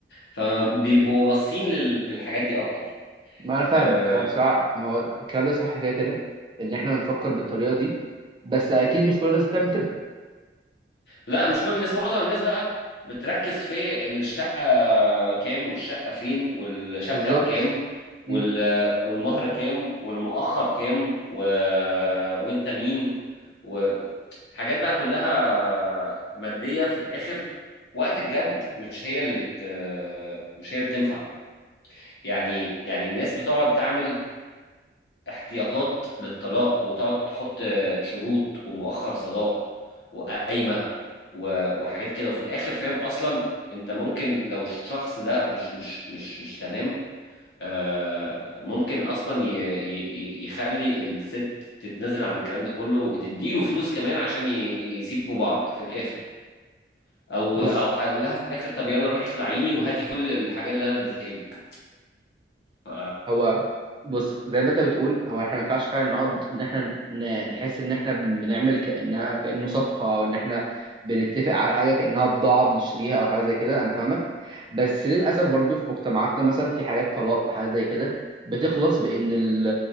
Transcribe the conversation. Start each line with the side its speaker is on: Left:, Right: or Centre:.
Left: فبيبقوا باصين لل... للحاجات دي اكتر
Right: ما انا فاهمك
Left: آه،
Right: انا بصراحه ما هو الكلام ده صح كده كده ان احنا نفكر بالطريقه دي بس اكيد مش كل الناس بتعمل كده
Left: لا مش كل الناس معظم الناس بقى بتركز في الشقة بكام والشقة فين والشبكة
Right: بالظبط
Left: بكام
Right: مم.
Left: وال... والمهر كام والمؤخر كام و... وانت مين وحاجات بقى كلها مادية في الآخر وقت الجد مش هي اللي بت مش هي اللي بتنفع يعني يعني الناس بتقعد تعمل احتياطات للطلاق وتقعد تحط شروط ومؤخر صداق وقايمة و- وحاجات كده وفي الآخر فاهم أصلا أنت ممكن لو الشخص ده مش مش مش مش تمام آه، ممكن أصلا ي- ي- ي- يخلي الست تتنازل عن الكلام ده كله وتديله فلوس كمان عشان ي- يسيبوا بعض في الآخر أو
Right: بص
Left: أو هيقول لها في الآخر طب يلا روحي اخلعيني وهاتي كل الحاجات اللي أنا اديتها لك ف...
Right: هو بص زي ما انت بتقول هو احنا ما ينفعش فعلا نقعد ان احنا ن- نحس ان احنا بنعمل كانها كانه صفقه او ان احنا بنتفق على حاجه كانها بضاعه بنشتريها او حاجه زي كده انا فاهمك بس للاسف برضو في مجتمعاتنا مثلا في حاجات طلاق وحاجات زي كده بتخلص بان ال